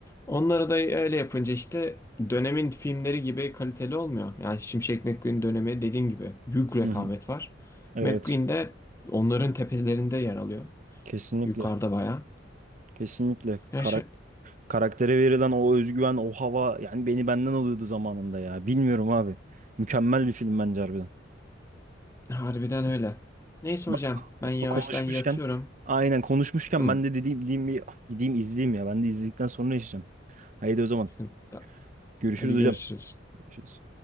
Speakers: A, on the left (about 15°); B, on the right (about 40°).
A: Onları da öyle yapınca işte dönemin filmleri gibi kaliteli olmuyor. Yani Şimşek McQueen dönemi dediğim gibi büyük rekabet
B: Hı hı.
A: var.
B: Evet.
A: McQueen de onların tepelerinde yer alıyor.
B: Kesinlikle.
A: Yukarıda bayağı.
B: Kesinlikle.
A: Ya
B: Karak
A: şey-
B: karaktere verilen o özgüven, o hava yani beni benden alıyordu zamanında ya. Bilmiyorum abi. Mükemmel bir film bence harbiden.
A: harbiden öyle. Neyse
B: Ba-
A: hocam ben yavaştan
B: Konuşmuşken
A: yatıyorum.
B: aynen konuşmuşken
A: Hım.
B: ben de dediğim, dediğim bir ah, gideyim izleyeyim ya. Ben de izledikten sonra yaşayacağım. Haydi o zaman.
A: <laughs>
B: Görüşürüz
A: Hadi
B: hocam.
A: görüşürüz.
B: Görüşürüz.